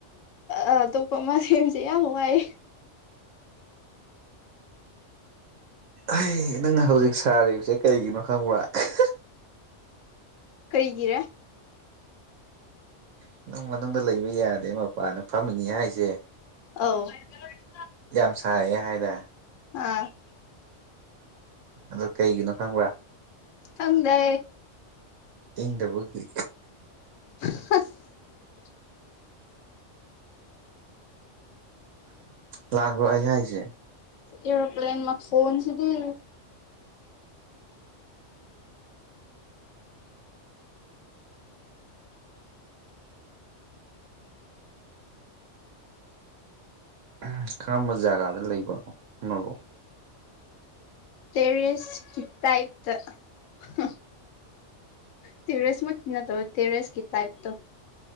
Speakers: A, on the left; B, on the right.
A: ꯑ ꯑꯇꯣꯞꯄ ꯑꯃꯥ ꯁꯦꯝꯁꯦ ꯌꯥꯝ ꯋꯥꯏ
B: ꯑꯦ ꯅꯪꯅ ꯍꯧꯖꯤꯛ ꯁꯥꯔꯤꯕꯁꯦ ꯀꯩꯒꯤꯅꯣ ꯈꯪꯕ꯭ꯔ <unintelligible>
A: ꯀꯩꯒꯤꯔ
B: <unintelligible> ꯃꯅꯨꯡꯗ ꯂꯩꯕ ꯌꯥꯗꯦ ꯃꯄꯥꯅꯗ ꯐꯝꯃꯅꯤ ꯍꯥꯏꯁꯦ
A: ꯑꯧ <unintelligible>
B: ꯌꯥꯝ ꯁꯥꯏꯌꯦ ꯍꯥꯏꯔ <unintelligible>
A: ꯑꯥ <unintelligible>
B: ꯑꯗꯣ ꯀꯩꯒꯤꯅꯣ ꯈꯪꯕ꯭ꯔꯥ
A: ꯈꯪꯗꯦ
B: ꯏꯪꯗꯕꯒꯤ
A: <unintelligible>
B: ꯎꯍꯝ <unintelligible> ꯑꯩ ꯍꯥꯏꯁꯦ
A: ꯑꯦꯔꯣ ꯄ꯭ꯂꯦꯟ ꯃꯈꯣꯟ ꯖꯤꯗꯤ
B: <unintelligible> ꯖꯒꯥꯗ ꯂꯩꯕ <unintelligible>
A: ꯇꯦꯔꯦꯁ ꯇꯥꯏꯞꯇ <unintelligible> ꯇꯦꯔꯦꯁ ꯃꯛꯇꯤ ꯅꯠꯇꯕ ꯇꯦꯔꯦꯁꯀꯤ ꯇꯥꯏꯞꯇꯣ